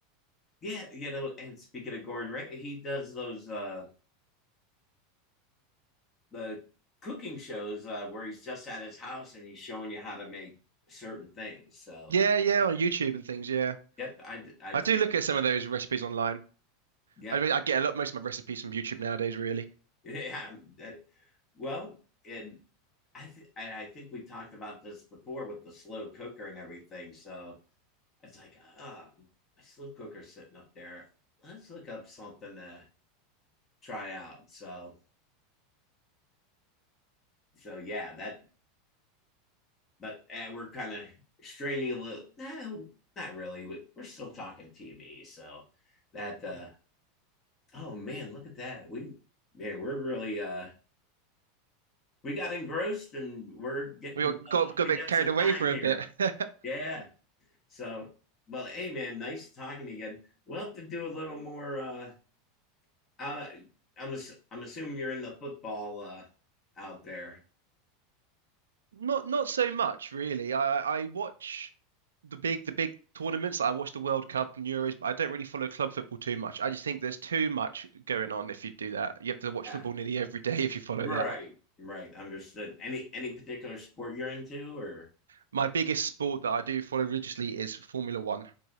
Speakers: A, on the left; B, on the right.
A: yeah, you know, and speaking of Gordon Ramsay, he does those uh the cooking shows uh, where he's just at his house and he's showing you how to make certain things. So
B: Yeah, yeah, on YouTube and things. Yeah,
A: yep, I I
B: I do look at some of those recipes online.
A: yep
B: I mean, I get a lot most of my recipes from YouTube nowadays, really.
A: <laughs> yeah. That, well, and I th- and I think we talked about this before with the slow cooker and everything. So it's like ah, oh, my slow cooker's sitting up there. Let's look up something to try out. So so yeah, that but eh, we're kind of straining a little. No, not really. We- are still talking TV, so that. uh Oh man, look at that. We man, we're really uh we got engrossed and we're getting
B: We all
A: uh,
B: got
A: up
B: got a
A: against
B: bit carried
A: the
B: away
A: time
B: for
A: here.
B: a bit. <laughs>
A: Yeah. So, well, hey man, nice talking to you again. We'll have to do a little more. uh uh, I'm I'm assuming you're in the football uh out there.
B: Not not so much, really. I I watch the big the big tournaments. like I watch the World Cup and Euros, but I don't really follow club football too much. I just think there's too much going on if you do that. You have to watch
A: Yeah.
B: football nearly every day <laughs> if you follow
A: Right.
B: that.
A: Right. Understood. Any any particular sport you're into or?
B: My biggest sport that I do follow religiously is Formula One.